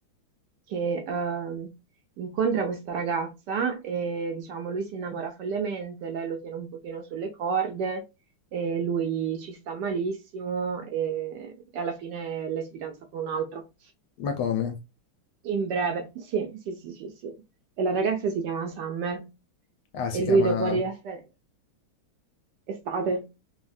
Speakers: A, on the right; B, on the left.
A: che ehm, incontra questa ragazza e diciamo lui si innamora follemente, lei lo tiene un pochino sulle corde. E lui ci sta malissimo e, e alla fine lei si fidanza con un altro.
B: Ma come?
A: In breve, sì, sì, sì, sì, sì. E la ragazza si chiama Summer
B: Ah,
A: e
B: si chiama...
A: lui dopo di essere estate.